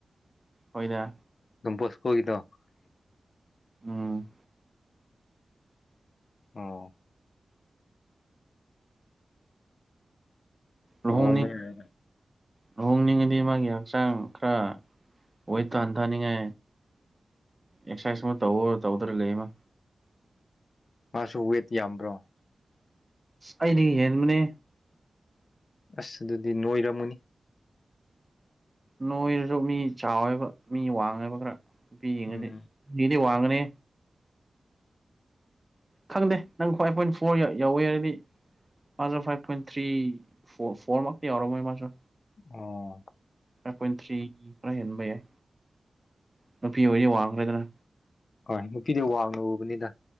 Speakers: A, on the right (about 20°); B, on the left (about 60°).
A: ꯍꯣꯏꯗ
B: ꯗꯣꯟ ꯕꯣꯁꯀꯣꯒꯤꯗꯣ
A: ꯎꯝ
B: ꯑꯧ ꯂꯨꯍꯣꯡꯕ
A: ꯂꯨꯍꯣꯡꯅꯤꯡ ꯂꯨꯍꯣꯡꯅꯤꯡꯉꯗꯤ ꯃꯥꯒꯤ ꯍꯛꯆꯥꯡ ꯈꯔ ꯋꯦꯠ ꯍꯟꯊꯅꯤꯡꯉꯦ ꯑꯦꯁꯔꯁꯥꯁ ꯇꯧꯋꯣ ꯍꯥꯏꯔꯒ ꯇꯧꯗꯅ ꯂꯩꯕ
B: ꯃꯥꯁꯨ ꯋꯦꯠ ꯌꯥꯝꯕ꯭ꯔꯣ
A: ꯑꯩꯅ ꯍꯦꯟꯕꯅꯦ
B: ꯑꯁ ꯑꯗꯨꯗꯤ ꯅꯣꯏꯔꯝꯃꯅꯤ
A: ꯅꯣꯏꯔꯁꯨ ꯃꯤ ꯆꯥꯎꯋꯦꯕ ꯃꯤ ꯋꯥꯡꯉꯦꯕ ꯈꯔ ꯅꯨꯄꯤ ꯌꯦꯡꯉꯗꯤ
B: ꯎꯝ
A: ꯃꯤꯗꯤ ꯋꯥꯡ ꯑꯅꯦ ꯈꯪꯗꯦ ꯅꯪ ꯈ꯭ꯋꯥꯏ ꯄꯣꯏꯟ ꯐꯣꯔ ꯌꯧꯋꯦꯔꯗꯤ ꯃꯥꯖꯨ ꯐꯥꯏꯚ ꯄꯣꯏꯟ ꯊ꯭ꯔꯤ ꯐꯣ ꯐꯣꯔ ꯃꯛꯇꯤ ꯌꯧꯔꯝꯃꯣꯢ ꯃꯥꯁꯨ
B: ꯑꯣ
A: ꯐꯥꯏꯚ ꯄꯣꯏꯟ ꯊ꯭ꯔꯤ ꯈꯔ ꯍꯦꯟꯕ ꯌꯥꯏ ꯅꯨꯄꯤ ꯑꯣꯏꯗꯤ ꯋꯥꯡꯒꯗꯔ
B: ꯍꯣꯏ ꯅꯨꯄꯤꯗꯤ ꯋꯥꯡꯅ ꯎꯕꯅꯤꯗ